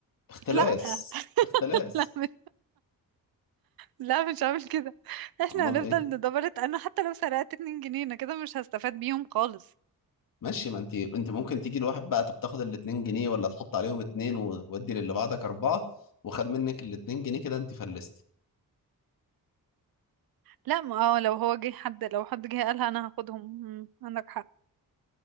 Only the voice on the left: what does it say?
اختلاس
اختلاس
امال
ايه
ماشي ما انت انت ممكن تيجي لواحد بقى طب تاخد ال 2 جنيه ولا تحط عليهم اتنين وودي للي بعدك اربعه وخد منك ال 2 جنيه كده انت فلستي